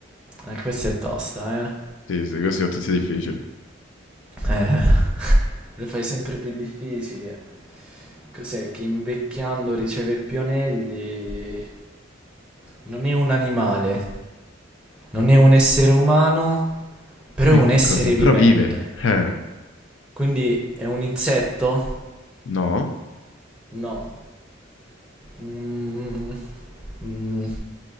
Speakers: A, in the centre; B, on the left (about 70°).
A: eh, questa è tosta, eh.
B: sì, sì, questi sono tutti difficili.
A: Eh, le fai sempre più difficili. Cos'è che invecchiando riceve più anelli? Non è un animale, non è un essere umano, però
B: E
A: è un
B: che
A: essere
B: cos'è? Però
A: vivente.
B: vive. Eh,
A: Quindi è un insetto?
B: no,
A: No. Mm, mm, mm.